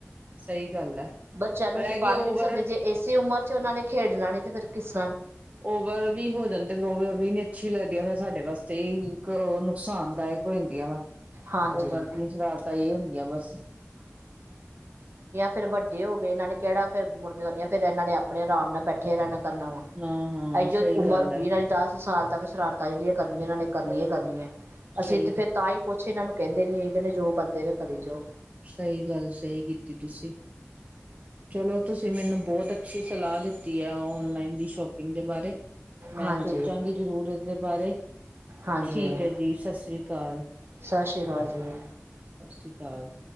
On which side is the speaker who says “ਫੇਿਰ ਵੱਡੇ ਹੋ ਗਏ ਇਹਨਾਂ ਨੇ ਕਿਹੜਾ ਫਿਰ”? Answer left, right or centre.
Right